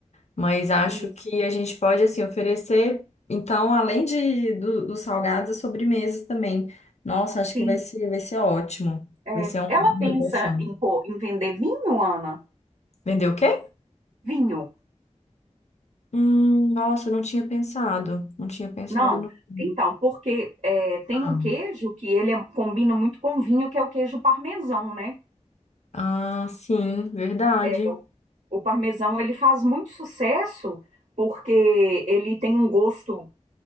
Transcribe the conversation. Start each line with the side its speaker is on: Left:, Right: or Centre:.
Left: Mas acho
Right: Isso.
Left: que a gente pode, assim, oferecer, então, além de, do- dos salgados, as sobremesas também. Nossa, acho
Right: Sim.
Left: que vai ser, vai ser ótimo.
Right: É,
Left: Vai ser um-
Right: ela
Left: uma
Right: pensa
Left: negociação.
Right: em, pô, em vender vinho, Ana?
Left: Vender o quê?
Right: Vinho.
Left: Hum, nossa, eu não tinha pensado. Não tinha pensado
Right: Não,
Left: no vinho.
Right: então, porque é, tem
Left: Ah,
Right: um queijo que ele é- combina muito com vinho, que é o queijo parmesão, né?
Left: ah, sim, verdade.
Right: É, o, o parmesão ele faz muito sucesso porque ele tem um gosto